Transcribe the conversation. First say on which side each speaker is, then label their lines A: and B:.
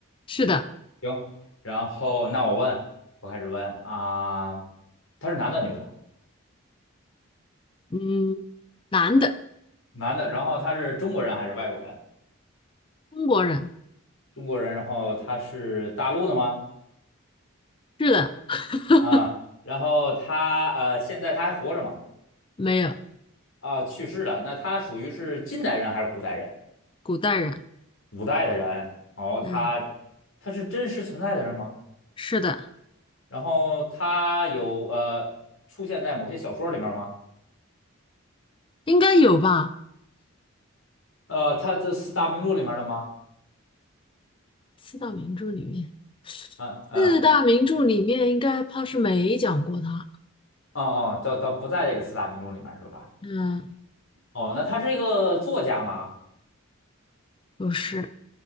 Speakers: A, on the left; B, on the left.
A: 是的，
B: 行，然后那我问，我开始问啊，他是男的女的？
A: 嗯，男的，
B: 男的，然后他是中国人还是外国人？
A: 中国人，
B: 中国人，然后他是大陆的吗？
A: 是的，<laughs>
B: 啊，然后他呃，现在他还活着吗？
A: 没有，
B: 啊，去世了。那他属于是近代人还是古代人？
A: 古代人，
B: 古代的人。哦，
A: 嗯，
B: 他他是真实存在的人吗？
A: 是的，
B: 然后他有呃出现在某些小说里面吗？
A: 应该有吧？
B: 呃，他这四大名著里面的吗？
A: 四大名著里面，
B: 嗯嗯。
A: 四大名著里面应该怕是没讲过他。
B: 哦哦，倒倒不在这个四大名著里面是吧？
A: 嗯，
B: 哦，那他是一个作家吗？
A: 不是，